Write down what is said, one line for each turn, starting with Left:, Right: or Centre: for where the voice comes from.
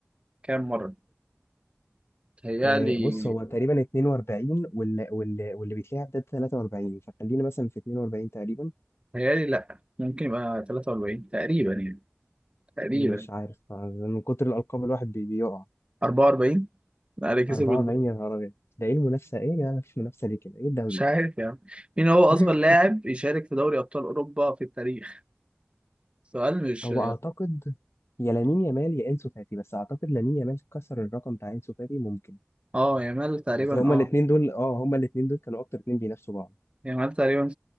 Right: كام مرة؟ تهيألي
Left: آه، بص هو تقريبا 42 واللي واللي واللي بيتلعب ده 43 فخلينا مثلا في 42 تقريبا
Right: تهيألي لا ممكن يبقى 43 تقريبا يعني تقريبا
Left: مش عارف آه، من كتر الألقاب الواحد بي- بيقع
Right: 44 الاهلي كسب
Left: 44
Right: ال-
Left: يا نهار أبيض ده إيه المنافسة إيه يا جماعة مفيش منافسة ليه كده إيه الدوري
Right: مش عارف
Left: ده؟
Right: يعني مين هو
Left: <laughs>
Right: اصغر لاعب يشارك في دوري ابطال اوروبا في التاريخ؟ سؤال مش
Left: هو أعتقد يا لامين يامال يا انسو فاتي بس اعتقد لامين يامال كسر الرقم بتاع انسو فاتي ممكن
Right: اه يامال تقريبا
Left: اصل هما
Right: اه
Left: الاثنين دول اه هما الاثنين دول كانوا اكتر اثنين بينافسوا بعض
Right: يامال تقريبا